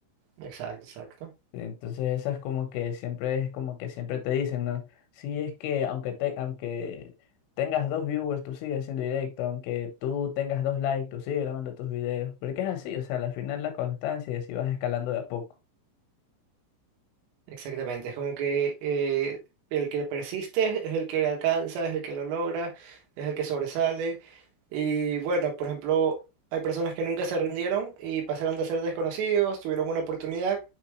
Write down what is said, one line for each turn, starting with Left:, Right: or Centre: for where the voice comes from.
Right: Exacto, exacto.
Left: Entonces esa es como que siempre es como que siempre te dicen, ¿no? Sí, es que aunque te, aunque tengas dos viewers, tú sigues haciendo directo, aunque tú tengas dos likes, tú sigues grabando tus videos. Porque es así, o sea, al final la constancia es si vas escalando de a poco,
Right: Exactamente, es como que eh, el que persiste es el que alcanza, es el que lo logra, es el que sobresale. Y bueno, por ejemplo, hay personas que nunca se rindieron y pasaron de ser desconocidos, tuvieron una oportunidad